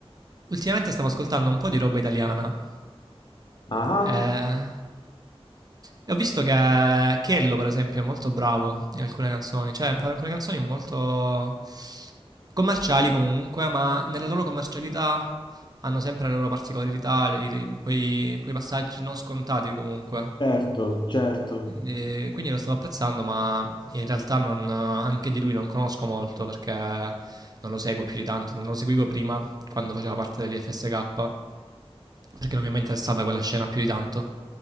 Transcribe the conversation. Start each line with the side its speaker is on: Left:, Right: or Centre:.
Right: ultimamente stavo ascoltando un po' di roba italiana.
Left: Ah,
Right: Eh, e ho visto che Chiello, per esempio, è molto bravo in alcune canzoni. Cioè, fa alcune canzoni molto commerciali comunque, ma nella loro commercialità hanno sempre le loro particolarità, i- quei, quei passaggi non scontati comunque.
Left: certo, certo.
Right: Ehm, quindi lo stavo apprezzando, ma in realtà non eh, anche di lui non conosco molto perché non lo seguo più di tanto, non lo seguivo prima quando faceva parte dell'IFSK, perché non mi è mai interessata quella scena più di tanto.